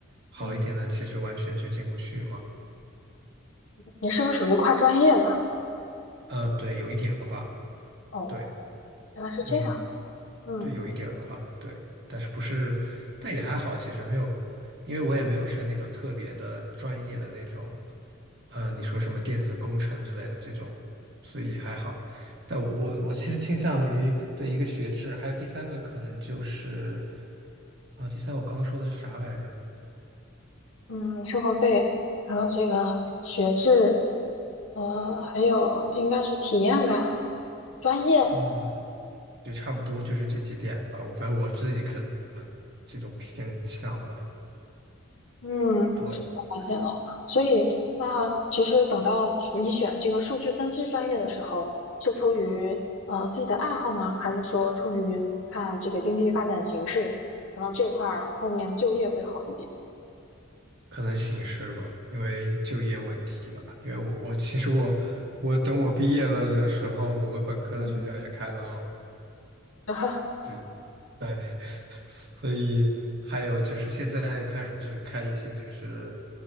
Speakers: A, on the right; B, on the left.
A: 好一点的其实完全就进不去嘛。
B: 嗯。你是不是属于跨专业的？
A: 嗯，对，有一点跨，
B: 哦，
A: 对，
B: 原来是这样。
A: 嗯。
B: 嗯
A: 对，有一点儿跨，对，但是不是，但也还好，其实没有，因为我也没有申那种特别的专业的那种，呃，你说什么电子工程之类的这种，
B: 嗯
A: 所以还好。但我我我其实倾向于对一个学制，还有第三个可能就是啊，第三我刚刚说的是啥来着？
B: 嗯，生活费，还有这个学制，呃，还有应该是体验感、专业。
A: 嗯，对，差不多就是这几点吧。我反正我自己可能这种偏向吧，
B: 嗯，
A: 对。
B: 我发现了。所以，那其实等到你选这个数据分析专业的时候，是出于呃自己的爱好呢，还是说出于看这个经济发展形势，可能这块儿后面就业会好一点？
A: 可能形势吧，因为就业问题吧。因为我我其实我我等我毕业了的时候，我们本科的学校也开了哦，
B: 嗯，<laughs> 然后
A: 对，<laughs> 所以还有就是现在又开始开一些就是